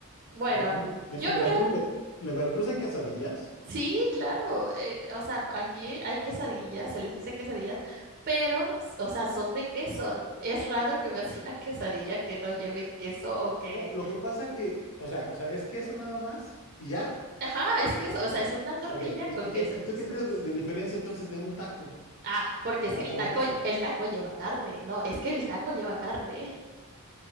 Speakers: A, on the right (about 40°); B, on the left (about 65°).
A: bueno,
B: Por- por ejemplo,
A: yo
B: en en
A: creo,
B: Veracruz, le- en la Veracruz hay quesadillas.
A: sí, claro. eh, o sea, aquí hay quesadillas, se les dice quesadillas, pero, s- o sea, son de queso. n- Es raro que veas <laughs> una quesadilla que no lleve queso o que...
B: No, lo que pasa que, o sea, o sea, es queso nada más y ya.
A: Ajá, es queso, o sea, es una tortilla
B: Ok, ¿y,
A: con
B: y
A: queso.
B: qué, y
A: y
B: tú
A: es
B: qué
A: una
B: tienes
A: ques-
B: de de diferencia entonces de un taco?
A: Ah, porque
B: Un
A: es que
B: taco
A: el taco,
B: de queso.
A: el taco lleva carne. No, es que el taco lleva carne.